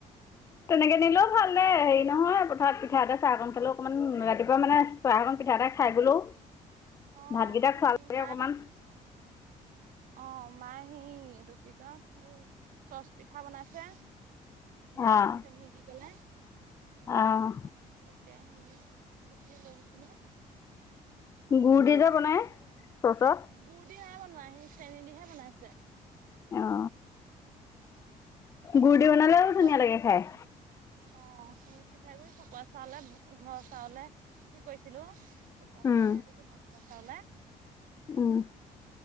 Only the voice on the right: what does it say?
অ'
সেই
মায়ে
অ মায়ে এটো কি কয়? চচ পিঠা বনাইছে
চেনি দি পেলাই।
তাকে সেই এইটো কি লৈ গৈচিলোঁ
গুৰ দি নাই বনোৱা সেই চেনী দিহে বনাইছে।
পিঠাগুৰি
চকোৱা
অ সেই পিঠাগুৰি চকুৱা চাউলে ঘৰৰ চাউলে কি কৰিছিলো চকাৱা চাউলক
এইটো কি ভাত খোৱা চাউলে।